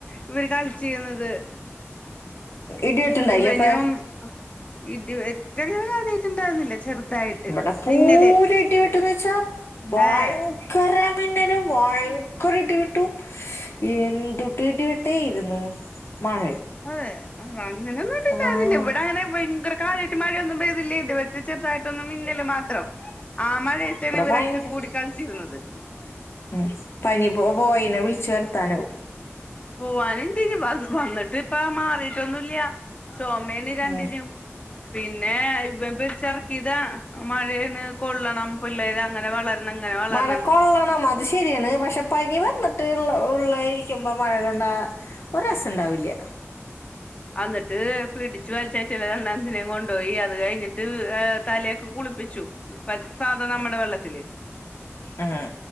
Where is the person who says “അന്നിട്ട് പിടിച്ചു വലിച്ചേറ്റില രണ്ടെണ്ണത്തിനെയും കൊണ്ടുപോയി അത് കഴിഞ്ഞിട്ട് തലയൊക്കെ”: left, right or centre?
Left